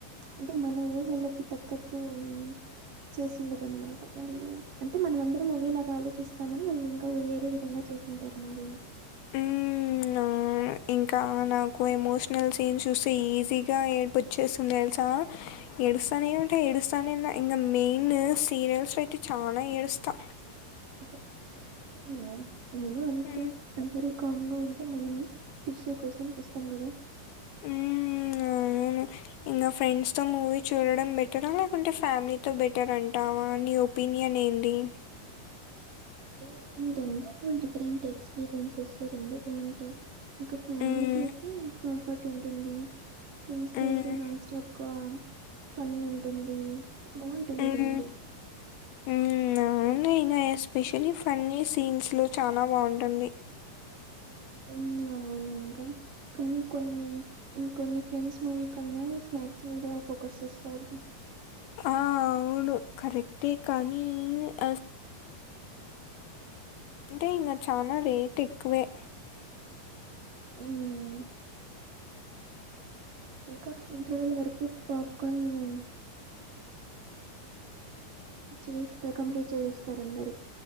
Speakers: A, on the right (about 55°); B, on the left (about 80°).
A: అంటే మన ఊహలకి తగ్గట్టు ఉన్ చేసిండరు అన్నమాట వాళ్ళు. అంటే మనం అందరం ఒకేలాగా ఆలోచిస్తామని వాళ్ళు ఇంకా వేరే విధంగా చేసి పెట్టారు మూవీని
B: హ్మ్. ఆ! ఇంకా నాకు ఎమోషనల్ సీన్స్ చూస్తే ఈజీగా ఏడ్పొచ్చేసింది తెలుసా? ఆ ఏడుస్తానే ఉంటా ఏడుస్తానే ఇంకా మెయిన్ సీరియల్స్ అయితే చాలా ఏడుస్తా.
A: ఆహ అవునా నేను అంతే
B: హ్మ్.
A: అందరు కామ్గా ఉంటే మనం టిష్యూ కోసం చూస్తాం కదా?
B: మ్ అవును ఇంకా ఫ్రెండ్స్ తో మూవీ చూడడం బెటరా? లేకుంటే ఫ్యామిలీతో బెటర్ అంటావా నీ ఒపి ఒపీనియన్ ఏంది?
A: ఏ అవి రెండు డిఫరెంట్ ఎక్స్పీరియన్సెస్ రెండు బాగుంటాయి. ఇంక ఫ్యామిలీతో
B: హ్మ్.
A: అయితే కంఫర్ట్ ఉంటుంది. ఫ్రెండ్స్
B: హ్మ్.
A: తో అయితే నాన్ స్టాప్ గా ఫన్నీ ఉంటుంది. బాగుంటుంది
B: మ్
A: రెండు
B: మ్మ అవును ఇంగ ఎస్పెషలీ ఫన్నీ సీన్స్లూ చానా బాగుంటుంది.
A: మ్ అవును ఇంగ కానీ కొన్ని ఇంకొన్ని ఫ్రెండ్స్ మూవీ కన్నా స్నాక్స్ మీద ఫోకస్ చేస్తారు.
B: ఆ అవును కరెక్టే కానీ ఆ అంటే ఇంకా చానా రేట్ ఎక్కువే
A: మ్ ఇంకా ఇంటర్వెల్ వరకు పాప్కార్న్ తిన్నాం. చేయిస్తా కంప్లీట్ చేయిస్తారు అందరూ.